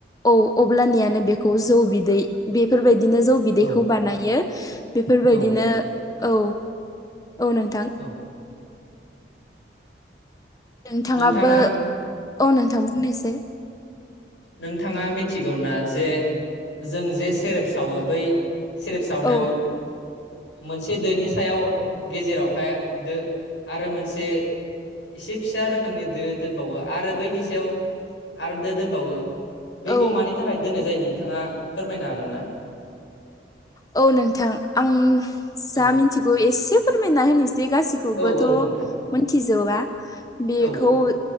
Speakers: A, on the left; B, on the left.
A: औ अब्लानियानो बेखौ जौ बिदै बेफोरबायदि- बिदिनो जौ बिदैखौ
B: औ
A: बानायो बेफोरबायदिनो
B: औ
A: औ औ नोंथां
B: औ
A: नोंथाङाबो
B: नोंथाङा
A: औ नोंथां बुंनायसाय
B: नोंथाङा मिथिगौना जे जों जे सेरेप सावो बै सेरेफ सावनायाव
A: औ
B: मोनसे दोनि सायाव गेजेरावहाय दो आरो मोनसे एसे फिसा रोखोमनि दो दोनबावो आरो बैनि सायाव आरो दो दोनबावो बैखौ
A: औ
B: मानि थाखाय दोननाय जायो नोंथाङा फोरमायनो हागोन ना
A: औ नोंथां आं जा
B: औ
A: मिथिगौ एसे फोरमायना होनोसै जे गासिखौबोथ'
B: औ औ नोंथां
A: मोनथिजोबा बेखौ
B: औ